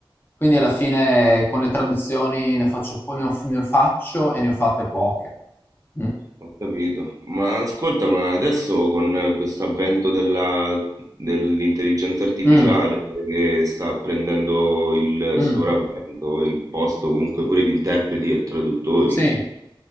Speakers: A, on the left; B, on the right.
A: Quindi alla fine con le traduzioni ne faccio, po- ne ho- ne faccio e ne ho fatte poche. Mm.
B: Ho capito. Ma ascolta, ma adesso con questo avvento della- dell'intelligenza artificiale
A: Mm.
B: che sta prendendo il
A: Mm.
B: sopravvento, il posto comunque pure di interpreti e traduttori,
A: Sì.